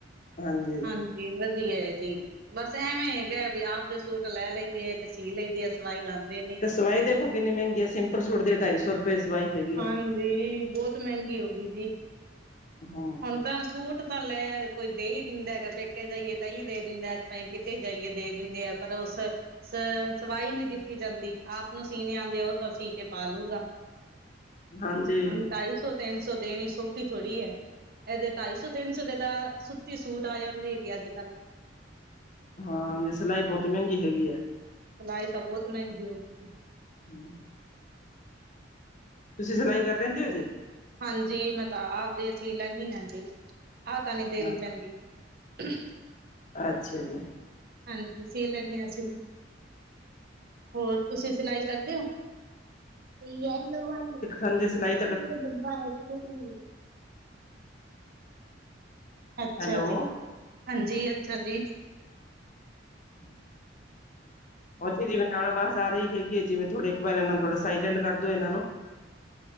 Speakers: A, on the left (about 45°); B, on the right (about 55°).
A: ਹਾਂਜੀ।
B: ਹਾਂਜੀ, ਵਧੀਆ ਹੈ ਜੀ। ਬਸ ਐਵੇਂ ਹੈਗਾ ਵੀ, ਆਪਦੇ ਸੂਟ ਲੈ ਲਈ ਦੇ ਹੈ, ਤੇ ਸੀ ਲਈ ਦੇ ਐ, ਸਵਾਈ ਲਾਂਦੇ ਨੀ।
A: ਤੇ ਸਵਾਈ ਦੇਖੋ, ਕਿੰਨੀ ਮਹਿੰਗੀ ਹੈ, ਸਿੰਪਲ ਸੂਟ ਦੇ ਢਾਈ ਸੌ ਰੁਪਏ। ਸਵਾਈ ਹੈਗੀ
B: ਹਾਂਜੀ,
A: ਆ
B: ਬਹੁਤ ਮਹਿੰਗੀ ਹੋ ਗਈ ਜੀ।
A: ਹਾਂ।
B: ਹੁਣ ਤਾਂ ਸੂਟ ਤਾਂ ਲੈ ਕੋਈ ਦੇ ਈ ਦਿੰਦਾ ਹੈਗਾ, ਪੇਕੇ ਜਾਈਏ ਤਾਂ ਹੀ ਦੇ ਦਿੰਦਾ, ਤਾਂ ਕਿਤੇ ਜਾਈਏ ਦੇ ਦਿੰਦੇ ਆ। <inaudible> ਸ, ਸਵਾਈ ਨਹੀਂ ਦਿੱਤੀ ਜਾਂਦੀ। ਆਪ ਨੂੰ ਸੀਣੇ ਆਉਂਦੇ ਉਹ ਤਾਂ ਸੀ ਕੇ ਪਾ ਲੂਗਾ।
A: ਹਾਂਜੀ
B: ਹੁਣ ਢਾਈ ਸੌ ਤਿੰਨ ਸੌ ਦੇਣੀ ਸੌਖੀ ਧੋੜੀ ਹੈ। ਇਹਦੇ ਢਾਈ ਸੌ ਤਿੰਨ ਸੌ ਦੇ ਤਾਂ, ਸੁੱਤੀ ਸੂਟ ਆ ਜਾਂਦੇ ਹੈਗੇ ਅੱਜ ਕੱਲ।
A: ਹਾਂ ਜੀ ਸਿਲਾਈ ਬਹੁਤ ਮਹਿੰਗੀ ਹੈਗੀ ਹੈ।
B: ਸਲਾਈ ਤਾਂ ਬਹੁਤ ਮਹਿੰਗੀ ਹੋ ਗਈ ਏ।
A: ਹੂੰ ਤੁਸੀਂ, ਸਿਲਾਈ ਕਰ ਲੈਂਦੇ ਹੋ ਜੀ?
B: ਹਾਂਜੀ, - ਮੈਂ ਤਾਂ ਆਪਦੇ ਅਸੀਂ ਲੈਂਨੀ ਹਾਂ ਜੀ, ਆਹ ਤਾਂ ਨਹੀਂ ਦੇਣੀ
A: ਹਾਂ
B: ਪੈਂਦੀ। <inaudible>
A: ਅੱਛਾ ਜੀ
B: ਹਾਂਜੀ ਸੀ ਲੈਂਦੇ ਹਾਂ ਅਸੀਂ ਨਾ। ਹੋਰ ਤੁਸੀਂ ਸਿਲਾਈ ਸਕਦੇ ਹੋ। <unintelligible>
A: ਹਾਂਜੀ ਸਲਾਈ
B: <unintelligible> <unintelligible> ਅੱਛਾ
A: ਹੈਲੋ
B: ਜੀ ਹਾਂਜੀ ਅੱਛਾ ਜੀ।
A: ਹੂੰ <inaudible> ਹੋ ਜੀ ਜਿਵੇਂ ਨਾਲ ਆਵਾਜ਼ ਆ ਰਹੀ ਹੈਗੀ ਹੈ ਜਿਵੇਂ ਥੋੜ੍ਹੇ ਵਾਰ ਇਹ ਨੂੰ ਥੋੜਾ ਸਾਇਲੈਂਟ ਕਰ ਦਿਉ ਇਹਨਾਂ ਨੂੰ